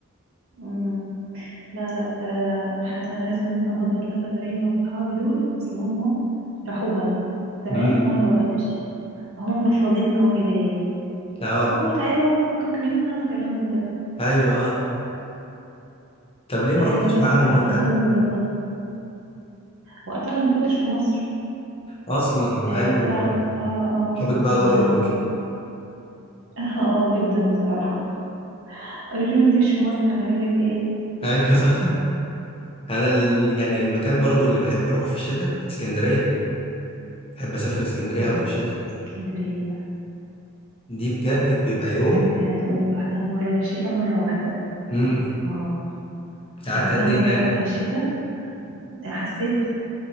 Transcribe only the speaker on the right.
امم لا لا آه، احنا انا لازم اظبط لها سفرية مع صحابي دول اصل هم راحوها تمام
وانا ما روحتش هم منفضين قوي ليا
بيقولوا متعبة وفكك منها وكلام من ده
آه
بس
فانا
لازم اظبط لها وقتها انا ما كنتش في مصر
آه
وقتها ك- اه اه
كنا
<laughs> اه جدا بصراحة قالوا لي ما انت مش في مصر هنعمل لك ايه
الله
اسكندرية
اسكندرية عايزة اقول لك رحتها مرة في الشتاء مرة واحدة
اه
رحتها
مرة
واحدة في الشتاء حسيت